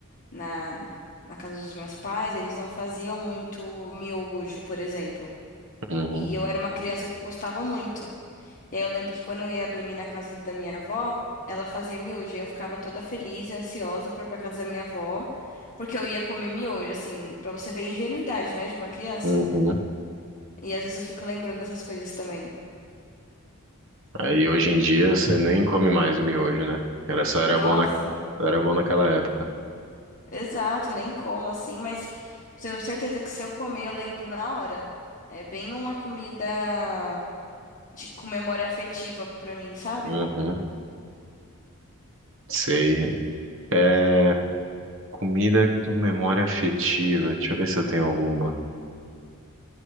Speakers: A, on the left; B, on the right.
A: na, na casa dos meus pais, eles não faziam muito miojo, por exemplo.
B: Uhum,
A: E eu era uma criança que gostava muito. E aí eu lembro que quando eu ia dormir na casa da minha avó, ela fazia miojo. E eu ficava toda feliz e ansiosa pra ir pra casa da minha avó, porque eu ia comer miojo, assim, pra você ver a ingenuidade, né, de uma criança.
B: uhum.
A: E às vezes eu fico lembrando dessas coisas também.
B: Aí hoje em dia você nem come mais o miojo, né? Era só era
A: Nossa,
B: bom na, só era bom naquela época.
A: exato, eu nem como assim, mas tenho certeza que se eu comer, eu lembro na hora. É bem uma comida de, com memória afetiva pra mim, sabe?
B: Uhum, sei. É, comida com memória afetiva. Deixa eu ver se eu tenho alguma.